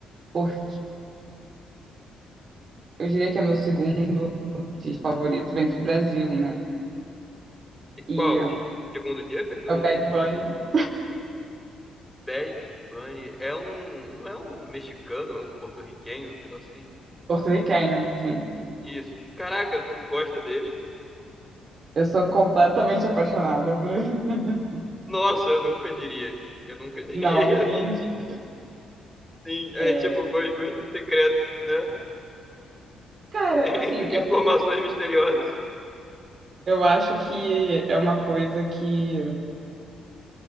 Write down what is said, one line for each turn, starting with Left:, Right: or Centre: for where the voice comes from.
Right: porque eu diria que é meu segundo artista favorito, vem pro Brasil, né?
Centre: e qual?
Right: E
Centre: De, segundo o quê? Perdão?
Right: é o Bad Bunny,
Centre: Bad Bunny. É um. Não é um mexicano, é um porto-riquenho, um negócio assim.
Right: porto-riquenho, sim.
Centre: Isso. Caraca, tu gosta dele?
Right: Eu sou completamente apaixonada por ele. <laughs>
Centre: Nossa, eu nunca diria. Eu nunca diria.
Right: Não, ninguém. diz.
Centre: <laughs> Sim, é
Right: É,
Centre: tipo go- gostos secretos, né?
Right: cara,
Centre: <laughs>
Right: assim, é
Centre: Informações
Right: porque
Centre: misteriosas.
Right: eu acho que é uma coisa que.